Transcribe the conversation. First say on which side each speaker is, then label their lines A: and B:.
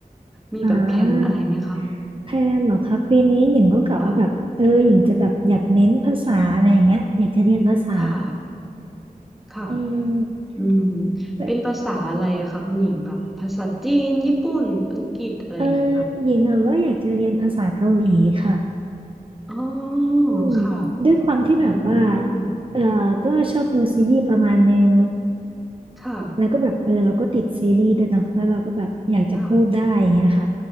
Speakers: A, in the centre; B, on the right.
A: มีแบบแพลนอะไรไหมคะ
B: อ่าแพลนเหรอครับปีนี้หญิงก็กะว่าแบบเออหญิงจะแบบอยากเน้นภาษาอะไรอย่างเงี้ยอยากจะเรียนภาษา
A: ค่ะค่ะค่ะ
B: อืม
A: อืม
B: แต่
A: เป็นภาษาอะไรอะคะคุณหญิงแบบภาษาจีนญี่ปุ่น อังกฤษอะไรอย่างเงี้ยค่ะ
B: เออหญิงอะว่าอยากจะเรียนภาษาเกาหลีค่ะ
A: อ๋อ
B: อืม
A: ค่ะ
B: ด้วยความที่แบบว่า
A: อืมอืม
B: เออก็ชอบดูซีรีส์ประมาณนึง
A: ค่ะ
B: แล้วก็แบบเออเราก็ติดซีรีส์ด้วยเนาะแล้วเราก็แบบอยากจะพูดได้อย่างเงี้ยค่ะ
A: ค่ะ